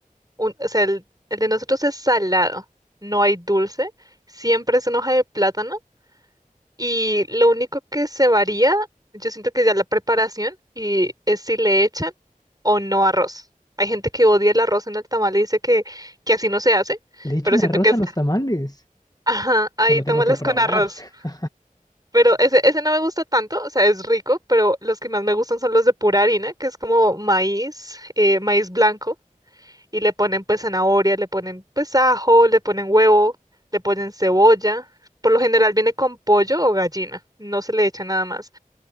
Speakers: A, on the right; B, on the left.
A: un, o sea, el, el de nosotros es salado, no hay dulce, siempre es en hoja de plátano y lo único que se varía, yo siento que ya la preparación y es si le echan o no arroz. Hay gente que odia el arroz en el tamal y dice que, que así no se hace,
B: Le echan
A: pero siento
B: arroz
A: que es,
B: a los tamales.
A: ajá, hay
B: Eso lo
A: tamales
B: tengo que probar.
A: con <laughs> arroz.
B: <laughs>
A: Pero ese, ese no me gusta tanto, o sea, es rico, pero los que más me gustan son los de pura harina, que es como maíz, eh, maíz blanco, y le ponen pues zanahoria, le ponen pues ajo, le ponen huevo, le ponen cebolla. Por lo general viene con pollo o gallina, no se le echa nada más.